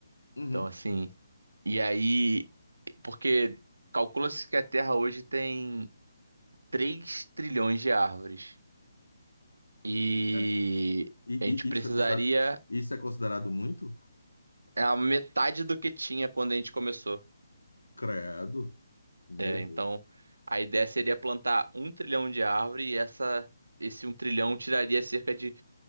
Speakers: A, on the left; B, on the right.
A: Uhum.
B: Então, assim. E aí, porque calcula-se que a Terra hoje tem 3 trilhões de árvores. E
A: É, e,
B: a gente
A: e
B: precisaria
A: isso é considerado, isso é considerado muito?
B: é a metade do que tinha quando a gente começou.
A: Credo. Meu
B: É,
A: Deus.
B: então, a ideia seria plantar um trilhão de árvore e essa, esse um trilhão tiraria cerca de